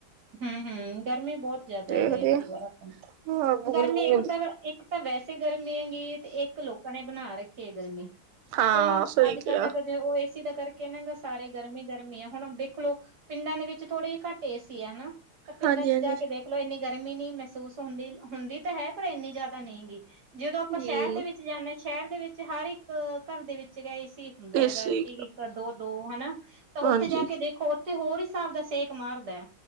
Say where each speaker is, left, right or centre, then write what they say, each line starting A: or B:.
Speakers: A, on the right; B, on the right.
A: ਹੂੰ, ਹੂੰ, ਗਰਮੀ ਬਹੁਤ ਜਿਆਦਾ
B: ਦੇਖਦੇ
A: ਹੈਗਾ ਐਤਕੀ ਵਾਰ ਆਪਾ ਨੁੰ,
B: ਹਾਂ ਬੂੰਦ
A: ਗਰਮੀ
B: ਬੂੰਦ
A: ਇੱਕ ਤਾਂ ਇੱਕ ਤਾਂ ਵੈਸੇ ਗਰਮੀ ਹੈਗੀ, ਤੇ ਇੱਕ ਲੋਕਾਂ ਨੇ ਬਣਾ ਰੱਖੀ ਏ, ਗਰਮੀ।
B: ਹਾਂ
A: ਕਿਉਂ
B: ਸਹੀ
A: ਅੱਜ-ਕੱਲ
B: ਕਿਹਾ
A: ਦੇ ਬੰਦੇ, ਉਹ ਏਸੀ ਦਾ ਕਰਕੇ ਇਹਨਾਂ ਗਾ ਸਾਰੇ ਗਰਮੀ ਗਰਮੀ ਹੈ ਹੁਣ ਦੇਖਲੋ, ਪਿੰਡਾਂ ਦੇ ਵਿੱਚ ਥੋੜੇ ਜਿਹੇ ਘੱਟੇ ਏਸੀ ਆ ਨਾ, ਤਾਂ ਪਿੰਡਾਂ'ਚ
B: ਹਾਂਜੀ ਹਾਂਜੀ
A: ਜਾਕੇ ਦੇਖ ਦੇਖਲੋ ਇੰਨੀ ਗਰਮੀ ਨੀ ਮਹਿਸੂਸ ਹੁੰਦੀ, ਹੁੰਦੀ ਤਾਂ ਹੈ ਪਰ ਇੰਨੀ ਜ਼ਿਆਦਾ ਨਹੀਂ ਗੀ, ਜਦੋਂ ਆਪਾਂ
B: ਹਮ
A: ਸ਼ਹਿਰ ਦੇ ਵਿੱਚ ਜਿੱਥੇ ਜ਼ਾਂਨੇ ਆ, ਸ਼ਹਿਰ ਦੇ ਵਿੱਚ ਹਰ ਇੱਕ, ਘਰ ਦੇ ਵਿੱਚ ਗੇ ਏਸੀ। ਹੁੰਦਾ ਹੈਗਾ,
B: ਏਸੀ
A: ਇੱਕ, ਦੋ-ਦੋ ਹਨਾ, ਤਾਂ
B: ਹਾਂਜੀ
A: ਉੱਥੇ ਜਾਕੇ ਦੇਖੋ ਤੇ, ਹੋਰ ਹਿਸਾਬ ਦਾ ਸੇਕ ਮਾਰਦੈ